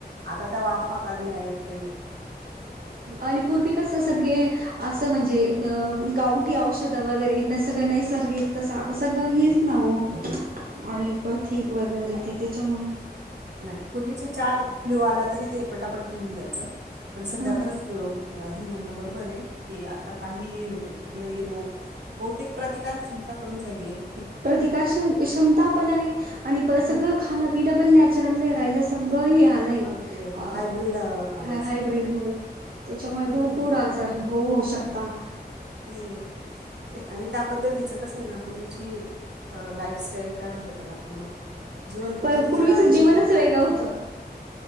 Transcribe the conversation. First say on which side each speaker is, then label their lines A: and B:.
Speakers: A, on the right (about 85°); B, on the right (about 60°).
A: आता त्या वाफा काढल्या आहेत ते
B: अलिपूर बी कसं सगळे असं म्हणजे अह गावटी औषधं वगैरे ना सगळं नैसर्गिक तसं आता सगळं हेच ना हो
A: कत
B: आलोपथी वगैरे ते त्याच्यामुळे
A: नाही पूर्वीच्या चार फ्ल्यू आला तरी ते पटापट घेऊन जायचं पण सध्या
B: ह
A: खरंच हे म्हण बरोबर आहे की आता काय ही हे होत कुठलाही रोग बहुतेक प्रतिकार क्षमता कमी झाली आहे
B: प्रतिकार क्ष क्षमतापण आणि सगळं
A: हम्म
B: खाण पिन पण नॅचरल नाही राहिलं सगळं इ हाल नाही
A: अगदी अगदी
B: अ
A: हायब्रीड आलंय
B: हायब्रीड
A: सगळं
B: मुळं... त्याचा मुळं
A: हम्म.
B: भरपूर आज तर होऊ शकता.. !
A: हम्म आणि त्या पद्धतीचं कस आहे ना पूर्वीची लाईफस्टाईल काय म्हणत्यात त्याला.. पण जीवन पद्धती
B: प पूर्वीचं
A: जरा हे
B: जीवनच
A: होती
B: वेगळं होतं